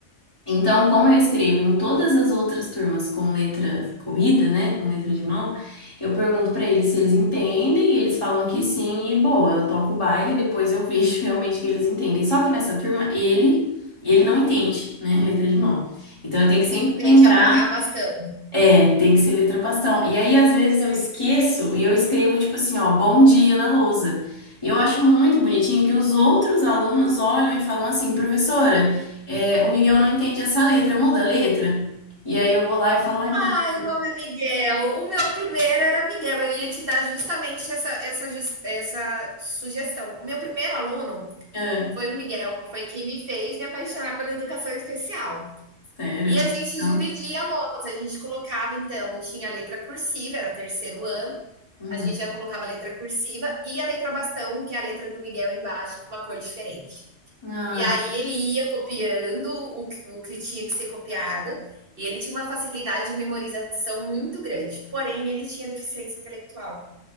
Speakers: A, on the left; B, on the right.
A: Então, como eu escrevo em todas as outras turmas com letra corrida, né, com letra de mão, eu pergunto pra eles se eles entendem e eles falam que sim e boa. Eu toco o baile, e depois eu vejo <laughs> realmente que eles entendem. Só que nessa turma ele ele não entende, né, letra de mão. Então eu tenho que sempre
B: ele entende
A: lembrar
B: há ba- bastante.
A: é, tem que ser letra bastão. E aí, às vezes, eu esqueço e eu escrevo, tipo assim, ó, bom dia na lousa. E eu acho muito bonitinho que os outros alunos olham e falam assim, professora, é, o Miguel não entende essa letra, muda a letra. E aí eu vou lá e falo, ai,
B: Ai,
A: meu Deus,
B: o nome é Miguel. O meu primeiro era Miguel. Eu ia te dar justamente essa, essa, jus- essa sugestão. O meu primeiro aluno
A: é,
B: foi o Miguel, foi quem me fez me apaixonar pela educação especial.
A: sério?
B: E a gente
A: Não.
B: dividia a lousa, a gente colocava, então, tinha a letra cursiva, era terceiro ano,
A: Uhum.
B: a gente já colocava a letra cursiva e a letra bastão, que é a letra do Miguel embaixo, com uma cor diferente.
A: Ai,
B: E aí ele ia copiando o, que- o que tinha que ser copiado, e ele tinha uma facilidade de memorização muito grande, porém ele tinha deficiência intelectual.